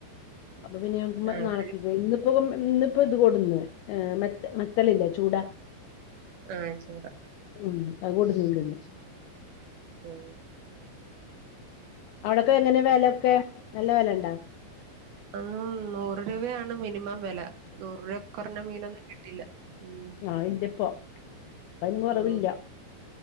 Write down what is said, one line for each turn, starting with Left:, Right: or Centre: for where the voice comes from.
Left: അപ്പൊ പിന്നെ നമ്മക്ക്
Right: ആഹ് ആഹ്
Left: നാളെക്ക്
Right: ഇവിടെ
Left: ഇന്നിപ്പൊ ഇന്നിപ്പൊ ഇത് കൊടന്ന് ഏഹ് മറ്റേ മ ളില്ലെ ചൂട
Right: ആഹ് ചൂട
Left: ഉം അത് കൊണ്ടുന്നേക്കുന്ന്
Right: ഉം
Left: അവിടൊക്കെ എങ്ങനാ വെലൊക്കെ നല്ല വെലണ്ടോ
Right: ആഹ് നൂറ് രൂപയാണ് മിനിമം വെല നൂറ് രൂപെ കൊറഞ്ഞ മീനൊന്നും കിട്ടില്ല ഉം
Left: ആഹ് അയിന്റപ്പൊ അയും കൊറവില്ല
Right: ഉം